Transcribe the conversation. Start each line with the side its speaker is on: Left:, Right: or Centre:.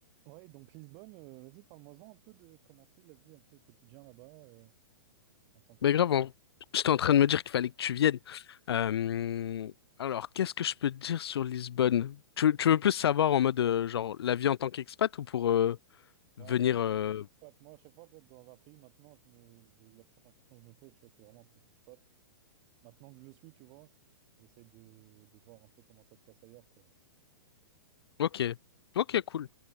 Right: Ouais, donc Lisbonne, euh, vas-y, parle-moi-en un peu de commencer la vie un peu au quotidien là-bas euh, en tant qu'expat.
Left: Mais grave, en- j'étais en train de me dire qu'il fallait que tu viennes. Euh, alors, qu'est-ce que je peux te dire sur Lisbonne? Tu, tu veux plus savoir en mode, euh, genre, la vie en tant qu'expat ou pour euh,
Right: Ouais,
Left: venir...
Right: plus
Left: euh,
Right: en tant qu'expat. Moi, à chaque fois que dans un pays, maintenant, je me, je, la première question que je me pose, tu vois, c'est vraiment en tant qu'expat. Maintenant que je le suis, tu vois, j'essaye de, de voir un peu comment ça se passe ailleurs, quoi.
Left: Ok, ok, cool.